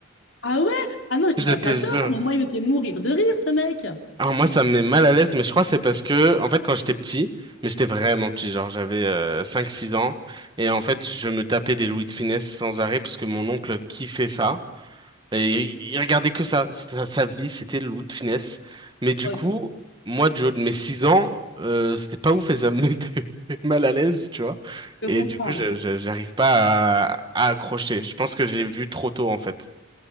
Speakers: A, on the left (about 65°); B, on the right (about 25°).
A: Ah ouais? Ah non, mais
B: Je
A: moi
B: te
A: j'adore,
B: jure.
A: mais moi il me fait mourir de rire ce mec.
B: Alors moi, ça me met mal à l'aise, mais je crois que c'est parce que, en fait, quand j'étais petit, mais j'étais vraiment petit, genre j'avais euh, 5-6 ans, et en fait, je me tapais des Louis de Funès sans arrêt parce que mon oncle kiffait ça, et il, il regardait que ça, sa, sa vie, c'était le Louis de Funès. Mais du
A: Ok,
B: coup,
A: je
B: moi, Joe, de mes 6 ans, euh, c'était pas ouf et ça me mettait <laughs> mal à l'aise, tu vois.
A: peux
B: Et
A: comprendre.
B: du coup, je, je- j'arrive pas à, à accrocher. Je pense que j'ai vu trop tôt, en fait.